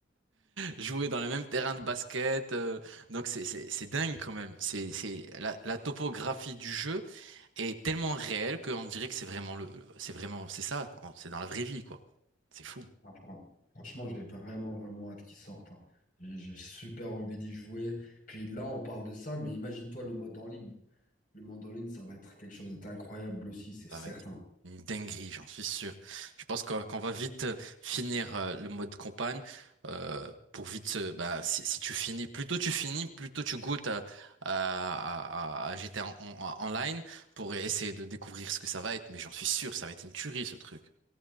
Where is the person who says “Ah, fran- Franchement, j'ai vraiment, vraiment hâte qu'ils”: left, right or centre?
Left